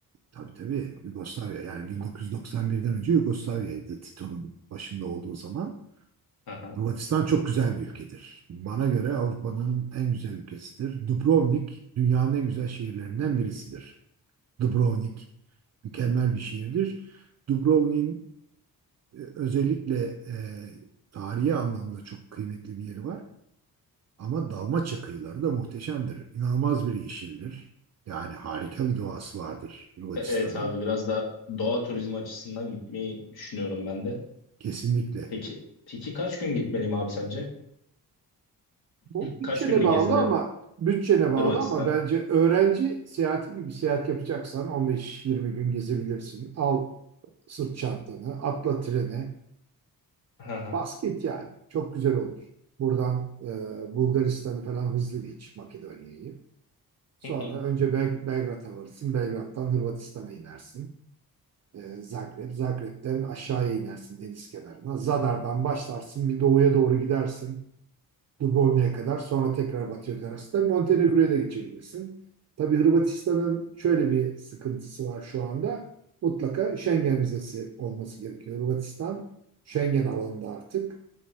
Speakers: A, on the right; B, on the left.
A: Tabii tabii Yugoslavya yani 1991'den önce Yugoslavya'ydı Tito'nun başında olduğu zaman.
B: Aha.
A: Hırvatistan çok güzel bir ülkedir. Bana göre Avrupa'nın en güzel ülkesidir. Dubrovnik dünyanın en güzel şehirlerinden birisidir. Dubrovnik mükemmel bir şiirdir. Dubrovnik'in e, özellikle e, tarihi anlamda çok kıymetli bir yeri var. Ama Dalmaçya kıyıları da muhteşemdir. İnanılmaz bir yeşildir. Yani harika bir doğası vardır Hırvatistan'ın.
B: E- evet abi biraz da doğa turizmi açısından gitmeyi düşünüyorum ben de.
A: Kesinlikle.
B: Peki peki kaç gün gitmeliyim abi sence?
A: Bu bütçene
B: Kaç günlük
A: bağlı
B: gezilir
A: ama bütçene bağlı
B: Hırvatistan?
A: ama bence öğrenci seyahati gibi seyahat yapacaksan 15-20 gün gezebilirsin. Al sırt çantanı, atla trene.
B: Aha.
A: Basket yani. Çok güzel olur. Buradan e, Bulgaristan'ı falan hızlı geç Makedonya'yı. Sonra
B: Hı hı.
A: önce Bel Belgrad'a varırsın. Belgrad'dan Hırvatistan'a inersin. E, Zagreb. Zagreb'den aşağıya inersin deniz kenarına. Zadar'dan başlarsın. Bir doğuya doğru gidersin. Dubrovnik'e kadar. Sonra tekrar batıya dönersin. Tabii Montenegro'ya da geçebilirsin. Tabii Hırvatistan'ın şöyle bir sıkıntısı var şu anda. Mutlaka Schengen vizesi olması gerekiyor. Hırvatistan Schengen alanında artık.